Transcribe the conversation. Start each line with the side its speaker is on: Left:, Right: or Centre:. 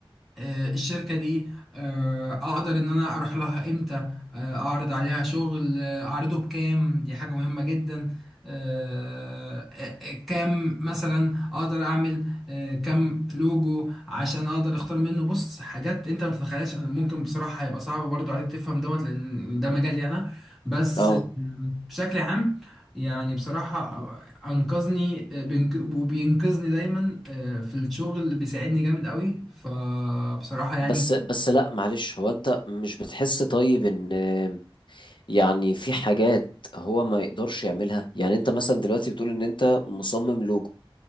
Centre: آه، الشركة دي آه، أقدر إن أنا أروح لها إمتى آه، أعرض عليها شغل آه، أعرضه بكام دي حاجة مهمة جدا آه، آه، كام مثلا أقدر أعمل آه، كام لوجو عشان أقدر أختار منه بص حاجات أنت ما تتخيلش أنا ممكن بصراحة هيبقى صعب برضو عليك تفهم دوت لأن ده مجالي أنا بس
Left: اه
Centre: آه، بشكل عام يعني بصراحة انقذني بينق- وبينقذني دايما آه، في الشغل بيساعدني جامد قوي فبصراحة يعني
Left: بس بس لا معلش هو انت مش بتحس طيب ان آم، يعني في حاجات هو ما يقدرش يعملها يعني انت مثلا دلوقتي بتقول ان انت مصمم لوجو